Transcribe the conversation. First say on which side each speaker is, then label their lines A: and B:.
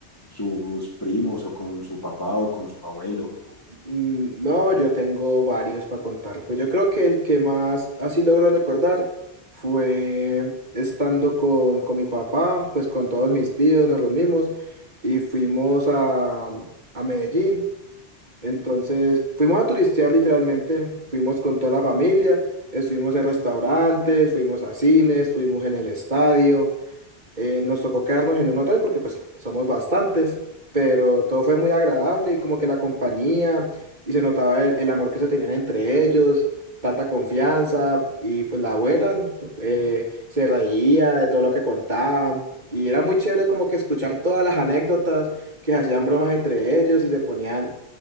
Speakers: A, on the left (about 20°); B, on the right (about 40°).
A: sus primos o con su papá o con su abuelo?
B: Mm, No, yo tengo varios para contar, pues yo creo que el que más así logro recordar fue estando con, con mi papá, pues con todos mis tíos nos reunimos y fuimos a, a Medellín Entonces fuimos a turistear literalmente, fuimos con toda la familia, estuvimos en restaurantes, fuimos a cines, estuvimos en el estadio eh, nos tocó quedarnos en un hotel porque pues somos bastantes, pero todo fue muy agradable y como que la compañía y se notaba el, el amor que se tenían entre ellos, tanta confianza y pues la abuela eh, se reía de todo lo que contaban y era muy chévere como que escuchar todas las anécdotas que se hacían bromas entre ellos y se ponían